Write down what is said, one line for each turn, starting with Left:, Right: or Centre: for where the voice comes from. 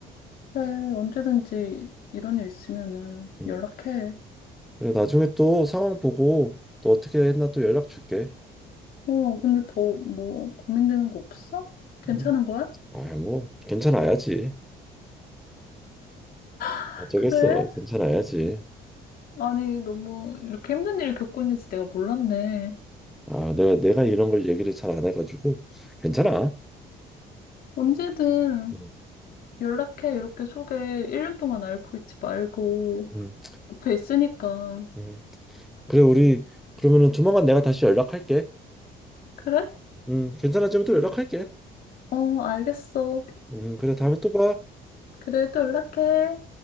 Left: 그래, 언제든지 이런 일 있으면은
Centre: 음.
Left: 연락해.
Centre: 그래, 나중에 또 상황 보고 또 어떻게 했나 또 연락 줄게.
Left: 어, 근데 더 뭐 고민되는 거 없어? 괜찮은
Centre: 음.
Left: 거야?
Centre: 아, 뭐 괜찮아야지.
Left: 아,
Centre: 어쩌겠어.
Left: 그래?
Centre: 괜찮아야지.
Left: 아니, 너무 이렇게 힘든 일을 겪고 있는지 내가 몰랐네.
Centre: 아, 내가 내가 이런 걸 얘기를 잘 안 해가지고 괜찮아.
Left: 언제든
Centre: 음.
Left: 연락해. 이렇게 속에 1년 동안 앓고 있지 말고
Centre: 음.
Left: 옆에 있으니까.
Centre: 음. 그래, 우리 그러면은 조만간 내가 다시 연락할게.
Left: 그래?
Centre: 음, 괜찮아지면 또 연락할게.
Left: 어, 알겠어.
Centre: 음, 그래, 다음에 또 봐.
Left: 그래, 또 연락해.